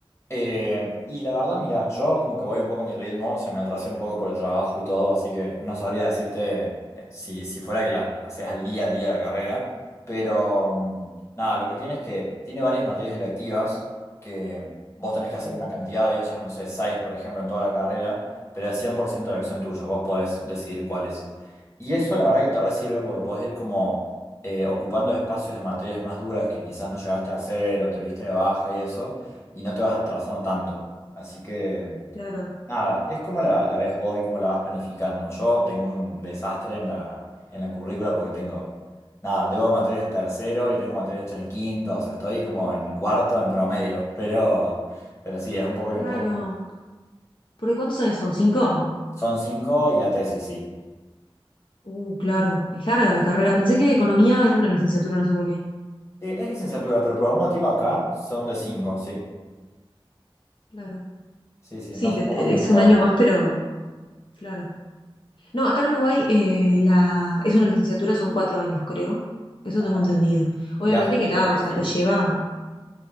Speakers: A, on the left; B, on the left.
A: Eh, y la verdad, mira, yo como que voy un poco a mi ritmo, se me atrasé un poco por el trabajo y todo, así que no sabría decirte eh, si, si fuera que la, la haces al día al día de la carrera, pero mm, nada, lo que tiene es que tiene varias materias electivas que vos tenés
B: Ah,
A: que hacer una cantidad de ellas, no sé, seis por ejemplo en toda la carrera, pero es 100% elección tuya, vos podés decidir cuáles. Y eso la verdad que te re sirve porque podés ir como eh, ocupando espacios de materias más duras que quizás no llegaste a hacer o te viste de baja y eso y no te vas atrasando tanto. Así que,
B: claro.
A: nada, es como la, la ves vos y cómo la vas planificando. Yo tengo un desastre en la, en la currícula porque tengo, nada, debo materias de tercero y tengo materias hechas de quinto, o sea, estoy como en cuarto en promedio, <laughs> pero, pero sí, es un poco
B: Claro.
A: y un poco.
B: ¿porque cuántos años son? ¿Cinco?
A: Son cinco y la tesis, sí.
B: Uh, claro. Es larga la carrera. Pensé que economía era una licenciatura, no sé por qué.
A: Eh, Es licenciatura, pero por algún motivo acá son de cinco, sí.
B: Claro.
A: Sí, sí,
B: Sí,
A: no sé
B: te-
A: cómo
B: te-
A: es en
B: es
A: Uruguay.
B: un año más, pero claro. No, acá en Uruguay eh, la, es una licenciatura, son cuatro años, creo. Eso
A: Ajá.
B: tengo entendido. Obviamente
A: ¿Y hacen
B: que
A: tipo
B: está,
A: tesis?
B: o sea, te lleva.